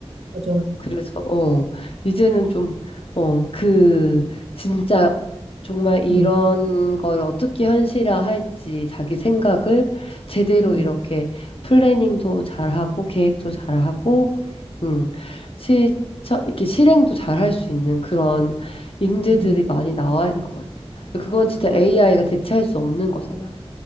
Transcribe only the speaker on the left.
그래서 어 이제는 좀 어 그 진짜 정말 이런
거를 어떻게 현실화할지 자기 생각을 제대로
이렇게 플래닝도 잘하고 계획도 잘하고 음 실천 이렇게 실행도 잘할 수 있는 그런 인재들이
많이 나와야 될 것 같아. 근데 그건 진짜
AI가 대체할 수 없는 거잖아.